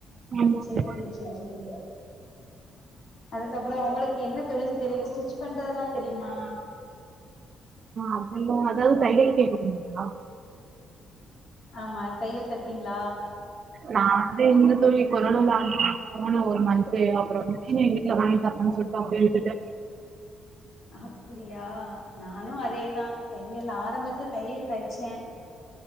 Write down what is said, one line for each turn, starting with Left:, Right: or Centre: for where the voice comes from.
Right: ஆமா,
Left: சேரி
Right: ஆமா.
Left: சேரி சேரி சேரி அதுக்கப்பற உங்களுக்கு என்ன தொழில் தெரியு ஸ்டிச் பண்றதுல்லா தெரியுமா
Right: அப்டின்னா அதாவது தையல் கேக்குறீங்களா
Left: ஆமா தையல் தப்பீங்ளா
Right: நா வந்து இந்த தொழில் பண்ணணு நா <unintelligible> போன ஒரு மந்த்து அப்புறம் மிஷினு எங்க வீட்ல வாங்கி தரலனு சொல்லிட்டு அப்டே விட்டுட்டேன்
Left: அப்புடியா நானு அதேதா தையல் ஆரம்பத்துல தையல் தச்சேன்